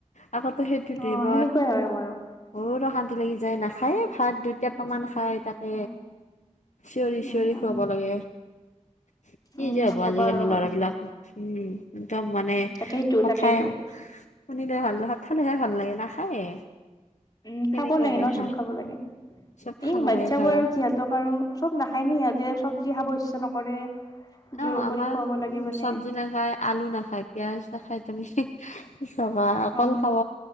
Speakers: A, on the left; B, on the left.
A: আকতো সেইটো
B: অ
A: ধৰিব,
B: সেনেকুৱাই হয় আমাৰো
A: বত
B: উম
A: অশান্তি লাগি যায় নাখায়
B: উম
A: ভাত দুইটাপামান
B: উম
A: খায় তাতে
B: উম
A: চিঞৰি
B: উম
A: চিঞৰি
B: উম
A: খুৱাব লাগে। কি
B: উম
A: যে হব
B: নকবা
A: আজিকালি
B: আৰু
A: লৰাবলাক
B: মানে
A: উম একদম মানে
B: তাকেইতো
A: কথাই,
B: তাকেইতো
A: শুনিলে ভাল ভাত খালেহে ভাল লাগে নাখায়ে।
B: উম
A: কেনেকুৱাকে
B: খাব লাগে ন
A: খা
B: চুখ খাব লাগে
A: চব খাব
B: এই বাচ্ছাবোৰ
A: লাগে ধৰা
B: আৰু সহঁতক আৰু, চব নাখায় নি সিহঁতে চব্জি খাব ইচ্ছা নকৰে,
A: অ
B: জোৰ
A: আমাৰ
B: কৰি খুৱাব লাগে
A: উম
B: মানে
A: চব্জি নাখায় আলু নাখায় পিয়য়াজ নাখায়, তুমি চবা অকল
B: অ
A: খাব